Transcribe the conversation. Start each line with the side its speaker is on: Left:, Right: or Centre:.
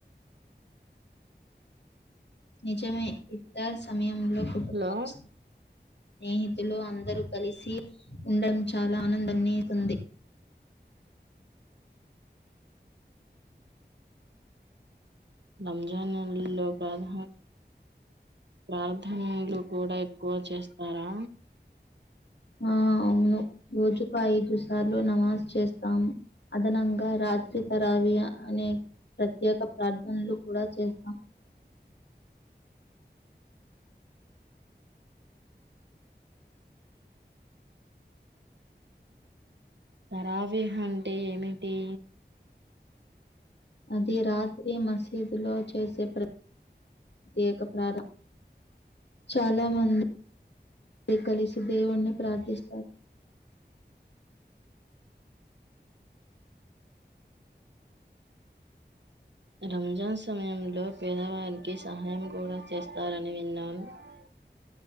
Left: నిజమే ఇక్తార్ సమయంలో పుట్టు
Right: హలో
Left: వస్తుంది స్నేహితులు అందరూ కలిసి ఉండడం చాలా ఆనందాన్ని ఇస్తుంది
Right: రంజాన్ లో ప్రధ ప్రార్థనలు కూడా ఎక్కువ చేస్తారా
Left: ఆ అవును రోజుకు ఐదు సార్లు నమాజ్ చేస్తాము అదనంగా రాజ తారవియ అనే ప్రత్యేక ప్రార్థనలు కూడా చేస్తాం
Right: తరవిహ అంటే ఏమిటి
Left: అది రాత్రి మసీదు లో చేసే ప్ర ఏక ప్రాధా చాలా మంది కలిసి దేవుణ్ణి ప్రార్థిస్తారు
Right: <inaudible> రంజాన్ సమయంలో పేదవారికి సహాయం కూడా చేస్తారని విన్నాను ఆ